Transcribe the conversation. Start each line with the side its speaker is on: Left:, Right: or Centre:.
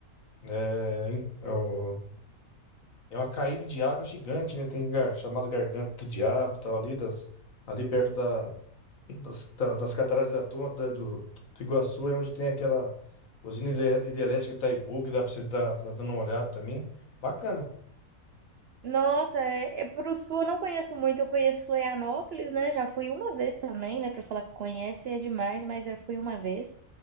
Left: É, é o- é uma caída de água gigante, né? Tem gar, chamado Garganta do Diabo, tal, ali, das, ali perto da, das, da- das cataratas de Atu- da- do, do Iguaçu, é onde tem aquela usina hidre- hidrelétrica de Itaipu, que dá pra você dar, tá dando uma olhada também. Bacana,
Right: Nossa, é, é, pro sul eu não conheço muito, eu conheço Florianópolis, né? Já fui uma vez também, né? Para falar que conhece é demais, mas já fui uma vez.